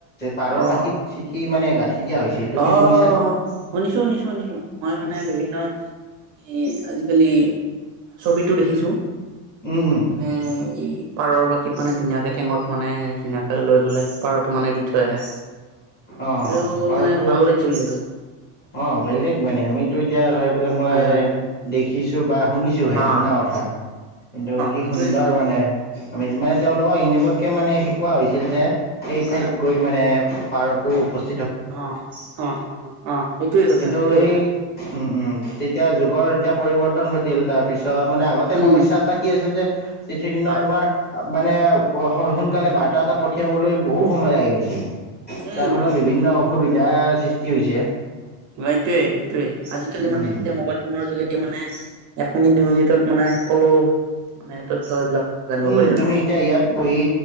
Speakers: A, on the left (about 25°); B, on the right (about 45°).
A: পাৰৰ
B: অ
A: পাখিত চিঠি মানে গাঁঠি দিয়া হৈছিল তুমি
B: অ',
A: শুনিছানে
B: শুনিছো, শুনিছো, শুনিছো মই মানে বিভিন্ন এ, আজিকালি ছবিটো দেখিছো।
A: উম উম
B: মানে এই পাৰৰ বাসীত মানে ধুনীয়াকে ঠেঙত মানে ধুনীয়া লৈ পেলে পাৰত মানে দি থৈ আহে।
A: অ
B: এইটো
A: পাৰতো।
B: মানে ভাল লাগ খেলি <unintelligible>
A: অ', বেলেগ মানে আমি টো, এতিয়া হয়। এইবিলাক মই
B: হয় হয়
A: দেখিছো বা শুনিছো। <unintelligible>
B: অ অ
A: শুনা কথা কিন্তু কি
B: সেইটোৱে
A: সুন্দৰ
B: সেইটোৱে
A: মানে আমি যিমানে তেওঁলোকক এনেকুৱা। এনেকুৱা কে মানে শিকোৱা হৈছিল যে সেই
B: ঠিক
A: ঠাইত
B: কথা
A: গৈ মানে পাৰতো উপস্থিত ।
B: অ', অ', অ', অ'। সেইটোৱে কথা
A: কিন্তু
B: সেইটোৱে
A: সেই
B: কথা
A: উম উম তেতিয়া যুগৰ <unintelligible> এতিয়া পৰিৱৰ্তন ঘটিল। তাৰপিছ তৰ, মানে আগতে
B: উম
A: সমস্যা এটা কি হৈছিল যে চিঠিৰ দিনত
B: হয়
A: তোমাৰ আ, মানে প, স-সোনকালে বাৰ্তা এটা পঠিয়াবলে বহু সময় লাগি গৈছিল।
B: উম
A: তাৰ ফলত বিভিন্ন অসুবিধাৰ সৃষ্টি । কি হৈছে?
B: অ', এইটোয়ে সেইটোয়ে। আজিকালি
A: উম
B: মানে এতিয়া মোবাইল ফোনৰ যোগেদি মানে এক মিনিট, দুই মিনিটত মানে সকলো মানে তথ্য এইবিলাক জানিব
A: উম
B: পাৰি আৰু।
A: তুমি এতিয়া ইয়াত বহি